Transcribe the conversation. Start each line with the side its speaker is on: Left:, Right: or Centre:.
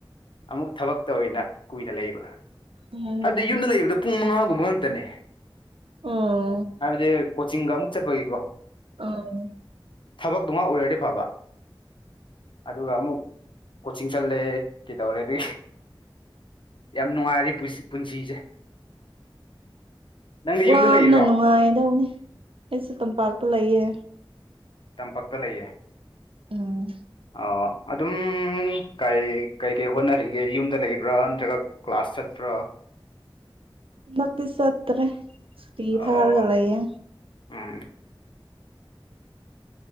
Left: ꯑꯃꯨꯛ ꯊꯕꯛꯇ ꯑꯣꯏꯅ ꯀꯨꯏꯅ ꯂꯩꯕ
Right: ꯎꯝ
Left: ꯍꯥꯏꯕꯗꯤ ꯌꯨꯝꯗ ꯂꯩꯕꯗꯣ ꯄꯨꯡ ꯃꯉꯥꯒꯨꯝꯕ ꯉꯥꯛꯇꯅꯦ
Right: ꯑꯣ
Left: ꯍꯥꯏꯕꯗꯤ ꯀꯣꯆꯤꯡꯒ ꯑꯃꯨꯛ ꯆꯠꯄꯒꯤꯀꯣ
Right: ꯑꯣ
Left: ꯊꯕꯛꯇꯨꯉꯥꯛ ꯑꯣꯏꯔꯗꯤ ꯐꯕ ꯑꯗꯨꯒ ꯑꯃꯨꯛ ꯀꯣꯆꯤꯡ ꯆꯠꯂꯦ ꯀꯩꯗꯧꯔꯦ ꯑꯗꯨꯒꯤ ꯌꯥꯝ ꯅꯨꯡꯉꯥꯏꯔꯤ ꯄꯨꯁꯤ ꯄꯨꯟꯁꯤꯁꯦ ꯅꯪꯗꯤ
Right: ꯋꯥꯕꯅ
Left: ꯌꯨꯝꯗ ꯂꯩꯔꯤꯔꯣ
Right: ꯅꯨꯡꯉꯥꯢꯗꯧꯅꯣ ꯑꯩꯁꯨ ꯇꯝꯄꯥꯛꯇ ꯂꯩꯌꯦ
Left: ꯇꯝꯄꯛꯇ ꯂꯩꯌꯦ
Right: ꯎꯝ
Left: ꯑꯣ ꯑꯗꯨꯝ ꯀ ꯀꯩꯀꯩ ꯍꯣꯠꯅꯔꯤꯒꯦ ꯌꯨꯝꯗ ꯂꯩꯕ꯭ꯔꯥ ꯅꯠꯇ꯭ꯔꯒ ꯀ꯭ꯂꯥꯁ ꯆꯄ꯭ꯔꯥ
Right: ꯍꯟꯗꯛꯇꯤ ꯆꯠꯇ꯭ꯔꯦ ꯁꯨꯇꯤ
Left: ꯑꯣ
Right: ꯊꯥꯔꯒ ꯂꯩꯌꯦ
Left: ꯎꯝ